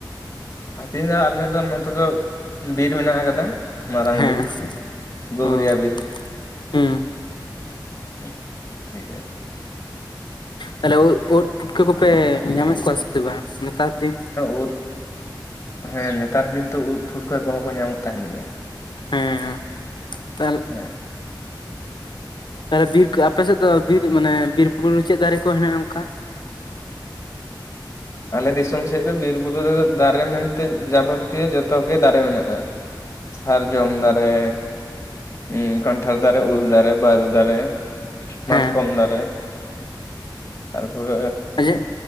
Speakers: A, on the left; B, on the left.
A: ᱦᱟᱛᱤᱧ ᱫᱚ ᱟᱞᱮ ᱫᱚ ᱱᱚᱛᱮ ᱫᱚ ᱵᱤᱨ ᱢᱮᱱᱟᱜ ᱟᱠᱟᱫᱟ᱾ ᱢᱟᱨᱟᱝ
B: ᱦᱮᱸ
A: ᱵᱤᱨ, ᱜᱚᱵᱨᱤᱭᱟ
B: ᱚ
A: ᱵᱤᱨ᱾
B: ᱦᱩᱸ
A: ᱦᱮᱸ ᱦᱚᱭᱥᱮ᱾
B: ᱛᱟᱦᱞᱮ ᱩᱫ ᱯᱩᱴᱠᱟᱹ ᱠᱚᱯᱮ ᱧᱟᱢᱮᱫ ᱠᱚᱣᱟ ᱥᱮ ᱵᱟᱝ ᱱᱮᱛᱟᱨ ᱫᱤᱱ?
A: ᱩᱫ, ᱦᱮᱸ ᱱᱮᱛᱟᱨ ᱫᱤᱱ ᱫᱚ ᱩᱫ ᱯᱷᱩᱴᱠᱟ ᱠᱚᱦᱚᱸ ᱠᱚ ᱧᱟᱢᱚᱜ ᱛᱟᱦᱮᱱ ᱜᱮᱭᱟ᱾
B: ᱦᱮᱸ ᱛᱟᱦᱮ
A: ᱦᱮᱸ
B: ᱛᱟᱦᱚᱞᱮ ᱵᱤᱨ ᱟᱯᱮ ᱥᱮᱫ ᱫᱚ ᱵᱤᱨ ᱢᱟᱱᱮ ᱵᱤᱨ ᱵᱩᱨᱩ ᱨᱮ ᱪᱮᱫ ᱫᱟᱨᱮ ᱠᱚ ᱦᱮᱱᱟᱜᱼᱟ ᱚᱱᱠᱟ?
A: ᱟᱞᱮ ᱫᱤᱥᱚᱢ ᱥᱮᱫ ᱫᱚ ᱵᱤᱨ ᱵᱩᱨᱩ ᱨᱮ ᱫᱟᱨᱮ ᱢᱮᱱᱛᱮ ᱡᱟᱵᱚᱛᱤᱭᱚ ᱡᱚᱛᱚ ᱜᱮ ᱫᱟᱨᱮ ᱢᱮᱱᱟᱜᱼᱟ᱾ ᱥᱟᱨᱡᱚᱢ ᱫᱟᱨᱮ ᱩᱸ ᱠᱟᱱᱴᱷᱟᱲ ᱫᱟᱨᱮ ᱩᱞ ᱫᱟᱨᱮ ᱵᱟᱹᱨᱩ ᱫᱟᱨᱮ
B: ᱦᱮᱸ
A: ᱢᱟᱛᱠᱚᱢ ᱫᱟᱨᱮ, ᱛᱟᱨᱯᱚᱨᱮ
B: ᱦᱮᱸ